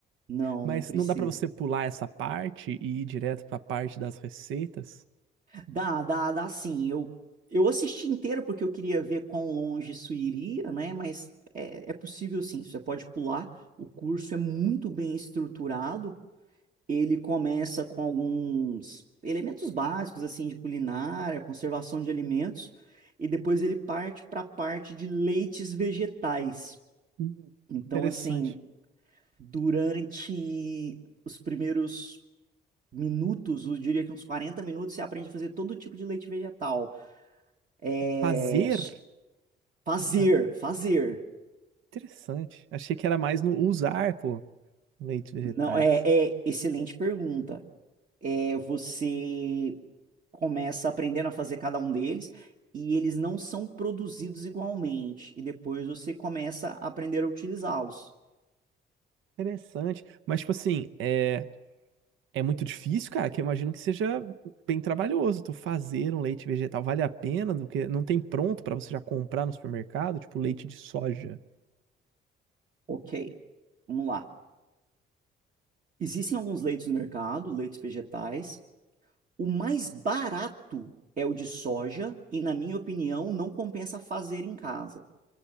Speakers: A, on the right; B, on the right.
A: Não,
B: Mas
A: não precisa.
B: não dá pra você pular essa parte e ir direto pra parte das receitas?
A: Dá, dá, dá sim. Eu, eu assisti inteiro porque eu queria ver quão longe isso iria, né? Mas é, é possível sim, você pode pular. O curso é muito bem estruturado. Ele começa com alguns elementos básicos, assim, de culinária, conservação de alimentos, e depois ele parte para a parte de leites vegetais.
B: Hum,
A: Então,
B: interessante.
A: assim, Durante os primeiros minutos, eu diria que uns 40 minutos, você aprende a fazer todo tipo de leite vegetal. É...
B: Fazer?
A: Fazer,
B: Ah,
A: fazer.
B: Interessante. Achei que era mais no usar, pô. Leite vegetais.
A: Não, é, é excelente pergunta. É você começa aprendendo a fazer cada um deles e eles não são produzidos igualmente. E depois você começa a aprender a utilizá-los.
B: Interessante. Mas, tipo assim, é, é muito difícil, cara, que eu imagino que seja bem trabalhoso tu fazer um leite vegetal. Vale a pena? do que não tem pronto pra você já comprar no supermercado, tipo leite de soja.
A: Ok, vamos lá. Existem alguns leites no mercado, leites vegetais. O mais barato é o de soja, e na minha opinião, não compensa fazer em casa.